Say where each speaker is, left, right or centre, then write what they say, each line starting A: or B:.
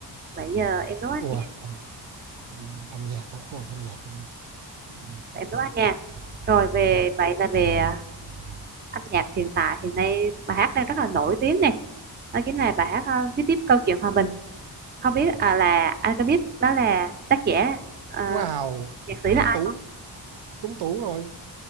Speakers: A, on the right (about 25°); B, on the right (about 75°).
A: Nãy giờ em nấu ăn
B: wow,
A: nhạc,
B: âm âm âm nhạc á. ôi âm nhạc âm... Ừ.
A: em nấu ăn nhạc Rồi về
B: Rồi
A: vậy là về à, âm nhạc hiện tại hiện nay bài hát đang rất là nổi tiếng này. Đó chính là bài hát à, viết tiếp câu chuyện hòa bình. Không biết à, là anh có biết đó là tác giả à,
B: Wow,
A: nhạc sĩ
B: trúng
A: là ai
B: tủ,
A: không?
B: trúng tủ rồi.